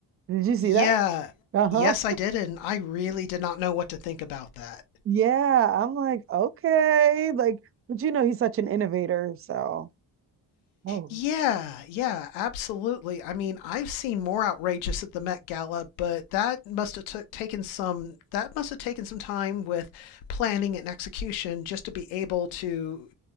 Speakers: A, on the right; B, on the left.
A: Did you see
B: Yeah.
A: that? Uh-huh.
B: Yes, I did, and I really did not know what to think about that.
A: Yeah. I'm like, okay. Like, but you know, he's such an innovator. So, oh.
B: Yeah, yeah, absolutely. I mean, I've seen more outrageous at the Met Gala, but that must have took, taken some that must have taken some time with planning and execution just to be able to